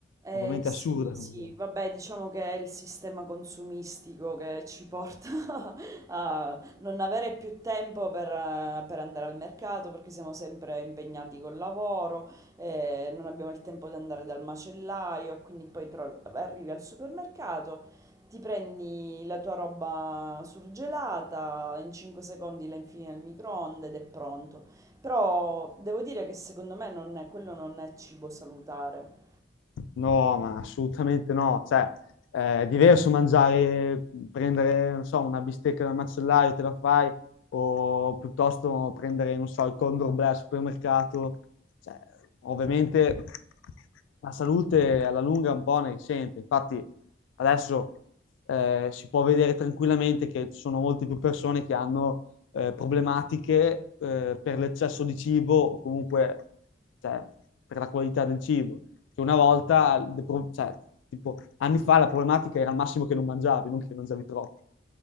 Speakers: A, on the right (about 15°); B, on the left (about 80°).
A: Eh,
B: ovviamente
A: sì,
B: è assurda
A: sì,
B: come cosa.
A: vabbè, diciamo che è il sistema consumistico che ci porta <laughs> a non avere più tempo per, eh, per andare al mercato perché siamo sempre impegnati col lavoro, eh, non abbiamo il tempo di andare dal macellaio, e quindi poi trovi- arrivi al supermercato, ti prendi la tua roba surgelata, in 5 secondi la infili nel microonde ed è pronto. Però devo dire che secondo me non è- quello non è cibo salutare.
B: No, ma assolutamente no. Cioè, eh, è diverso mangiare, prendere, non so, una bistecca dal macellaio, te la fai, o piuttosto prendere, non so, il Condor Bleu al supermercato. Cioè, ovviamente la salute alla lunga un po' ne risente. Infatti, adesso eh, si può vedere tranquillamente che ci sono molte più persone che hanno eh, problematiche eh, per l'eccesso di cibo o comunque cioè, per la qualità del cibo. Che una volta, cioè, tipo, anni fa la problematica era al massimo che non mangiavi, non che mangiavi troppo.